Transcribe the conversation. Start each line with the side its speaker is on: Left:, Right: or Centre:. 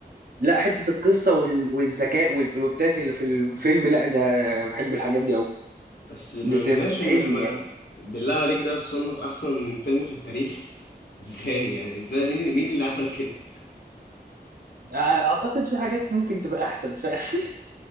Right: لا حتة القصة وال... والذكاء والبلوتات اللي في الفيلم لا ده بحب الحاجات دي أوي
Left: بس ما
Right: بت...
Left: ماشي
Right: بتسحلني
Left: ما, ما
Right: يعني.
Left: بالله عليك ده صنف احسن فيلم في التاريخ <laughs> ازاي يعني ازاي مين مين اللي عمل كده
Right: اعتقد في حاجات ممكن تبقى احسن فعلا <laughs>